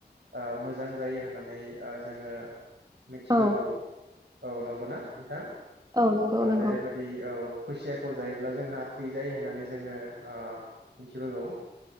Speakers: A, on the right; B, on the right.
A: ओ मोजां जायो होननानै ओ जोङो मिथिबोगौ
B: औ
A: औ नंगौना नोंथां?
B: औ नंगौ नंगौ
A: जेरैबायदि औ खुसियाखौ जायोब्ला जोंहा थैजायो होननानै जोङो ओ मिथिबोगौ।